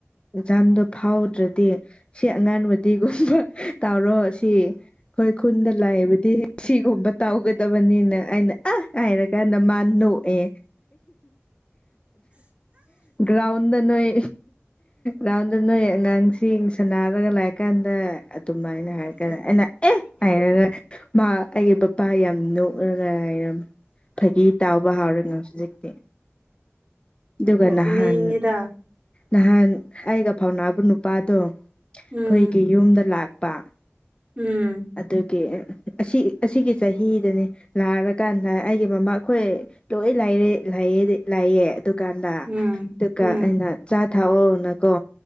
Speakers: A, on the left; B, on the right.
A: ꯑꯦꯛꯖꯥꯝꯗꯣ ꯐꯥꯎꯗ꯭ꯔꯗꯤ ꯁꯤ ꯑꯉꯥꯡꯕꯗꯤꯒꯨꯝꯕ ꯇꯥꯎꯔꯣ ꯁꯤ ꯑꯩꯈꯣꯏ ꯈꯨꯟꯗ ꯂꯥꯛꯏꯕꯗꯤ ꯁꯤꯒꯨꯝꯕ ꯇꯧꯒꯗꯕꯅꯤꯅ ꯑꯩꯅ ꯑ ꯍꯥꯏꯔ ꯀꯥꯟꯗ ꯃꯥ ꯅꯣꯛꯑꯦ ꯭ꯔꯥꯎꯟꯗ ꯅꯣꯏ ꯅꯣꯟꯗ ꯅꯣꯏ ꯑꯉꯥꯡꯁꯤ ꯁꯅꯥꯔꯒ ꯂꯥꯛꯀꯥꯟꯗ ꯑꯗꯨꯃꯥꯏꯅ ꯍꯥꯏꯔꯒꯥꯟꯗ ꯑꯩꯅ ꯑꯦ ꯍꯥꯏꯔꯒ ꯃꯥ ꯑꯩꯒꯤ ꯕꯄꯥ ꯌꯥꯝ ꯅꯣꯛꯂꯒꯥꯏꯔꯝꯃꯦ ꯐꯥꯒꯤ ꯇꯥꯎꯕ ꯍꯥꯎꯔꯦ ꯉꯥ ꯍꯧꯖꯤꯛꯇꯤ ꯑꯗꯨꯒꯗꯨ
B: ꯅꯣꯛꯅꯤꯡꯉꯤꯗ
A: ꯅꯍꯥꯟ ꯅꯍꯥꯟ ꯑꯩꯒ ꯐꯥꯎꯅꯕ ꯅꯨꯄꯥꯗꯣ ꯑꯩꯈꯣꯏꯒꯤ
B: ꯎꯝ
A: ꯌꯨꯝꯗ ꯂꯥꯛꯄ
B: ꯎꯝ
A: ꯑꯗꯨꯒꯤ ꯑꯁꯤ ꯑꯁꯤꯒꯤ ꯆꯍꯤꯗꯅꯤ ꯂꯥꯛꯔꯀꯥꯟꯗ ꯑꯩꯒꯤ ꯃꯃꯥ ꯑꯩꯈꯣꯏ ꯂꯣꯏ ꯂꯥꯏ ꯂꯩꯔꯦ ꯂꯩꯑ ꯂꯥꯏꯑ ꯗꯨꯀꯥꯟꯗ
B: ꯎꯝ
A: ꯑꯗꯨꯒꯀ
B: ꯎꯝ
A: ꯑꯩꯅ ꯆꯥ ꯊꯥꯛꯑꯣꯅꯀꯣ